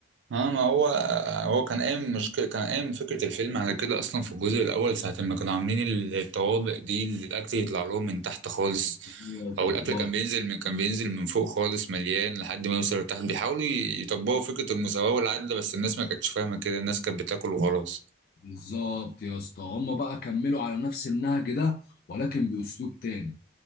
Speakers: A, on the right; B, on the left.
A: اه ما هو هو كان قايم مش كان قايم فكرة الفيلم على كده أصلا في الجزء الأول ساعة ما كانوا عاملين الطوابق دي اللي الأكل يطلع لهم من تحت خالص
B: أيوة، طبقات
A: أو الأكل كان بينزل من كان بينزل من فوق خالص مليان لحد ما يوصل لتحت بيحاولوا يطبقوا فكرة المساواة والعدل بس الناس ما كانتش فاهمة كده الناس كانت بتاكل وخلاص
B: بالظبط يا اسطى هم بقى كملوا على نفس النهج ده ولكن باسلوب تاني